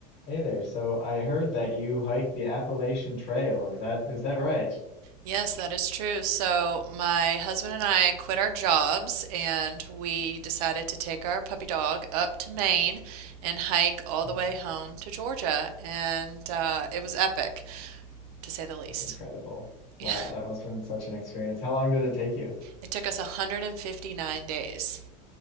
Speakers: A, on the left (about 55°); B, on the right (about 80°).
A: Hey there. So I heard that you hiked the Appalachian Trail. Is that is that right?
B: Yes, that is true. So, my husband and I quit our jobs and we decided to take our puppy dog up to Maine and hike all the
A: Mm,
B: way home to Georgia. And uh, it was epic, to say the least.
A: That's incredible.
B: <laughs> Yeah,
A: Wow, that must have been such an experience. How long did it take you?
B: it took us 159 days.